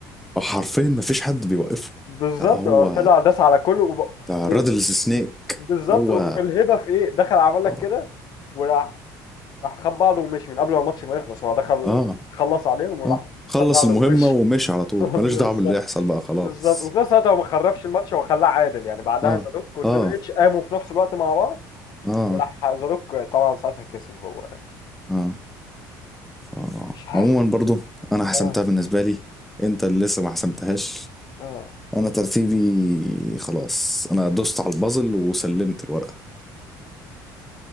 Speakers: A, in the centre; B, on the left (about 55°).
A: حرفيا ما فيش حد بيوقفه
B: بالظبط
A: لا هو
B: اه طلع داس على كله وب...
A: ده
B: وال-
A: رادلز سنيك
B: بالظبط
A: هو
B: والهبه في ايه دخل عمل لك
A: آه.
B: كده وراح راح خد بعضه ومشي من قبل ما الماتش ما يخلص هو دخل
A: اه
B: خلص عليهم وراح
A: اه خلص
B: خد بعضه
A: المهمة
B: ومشي
A: ومشي على
B: <laughs>
A: طول
B: بالظبط
A: ماليش دعوة باللي يحصل بقى خلاص
B: بالظبط وفي نفس الوقت هو ما خربش الماتش هو خلاه عادل يعني بعدها
A: اه
B: زاروك وتريبل
A: اه
B: اتش قاموا في نفس الوقت مع بعض
A: اه
B: وراح زاروك طبعا ساعتها كسب هو
A: اه اه
B: مش عارف
A: عموما برضو انا حسمتها
B: اه
A: بالنسبة لي انت اللي لسه ما حسمتهاش
B: اه
A: انا ترتيبي خلاص انا دوست على البازل وسلمت الورقة